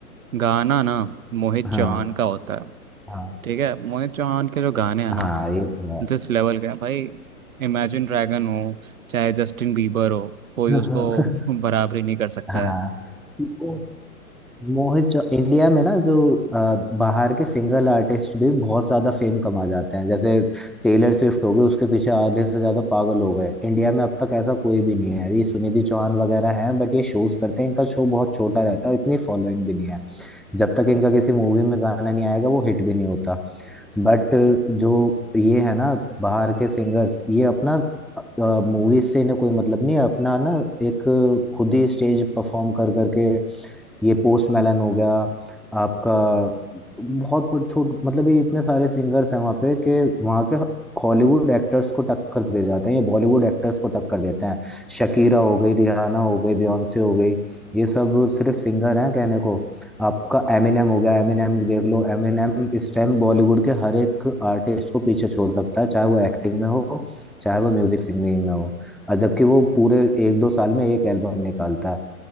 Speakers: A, on the right; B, in the centre.
A: गाना ना मोहित
B: हाँ
A: चौहान का होता है
B: हाँ
A: ठीक है मोहित चौहान के जो गाने हैं
B: हाँ
A: ना
B: ये तो है
A: जिस लेवल का है भाई इमेजिन ड्रैगन हो चाहे जस्टिन बीबर हो कोई
B: <laughs>
A: उसको <laughs> बराबरी नहीं कर सकता
B: हाँ
A: है
B: वो मोहित चौ इंडिया में ना जो अ, बाहर के सिंगल आर्टिस्ट भी बहुत ज्यादा फेम कमा जाते हैं जैसे टेलर स्विफ्ट हो गई उसके पीछे आधे से ज्यादा पागल हो गए इंडिया में अब तक ऐसा कोई भी नहीं है ये सुनिधि चौहान वगैरह हैं बट ये शोज करते हैं इनका शो बहुत छोटा रहता है इतनी फॉलोइंग भी नहीं है जब तक इनका किसी मूवी में गाना नहीं आएगा वो हिट भी नहीं होता बट जो ये है ना बाहर के सिंगर्स ये अपना मूवीज से इन्हें कोई मतलब नहीं है अपना ना एक खुद ही स्टेज परफॉर्म कर करके ये पोस्ट मेलन हो गया आपका बहुत बहुत छोट मतलब ये इतने सारे सिंगर्स हैं वहाँ पे कि वहाँ के हॉलीवुड एक्टर्स को टक्कर दे जाते हैं ये बॉलीवुड एक्टर्स को टक्कर देते हैं शकीरा हो गई रिहाना हो गई बियॉन्से हो गई ये सब सिर्फ सिंगर हैं कहने को आपका एमिनेम हो गया एमिनेम देख लो एमिनेम इस टाइम बॉलीवुड के हर एक आर्टिस्ट को पीछे छोड़ सकता है चाहे वो एक्टिंग में हो चाहे वो म्यूजिक सिंगिंग में हो और जबकि वो पूरे एक दो साल में एक एल्बम निकालता है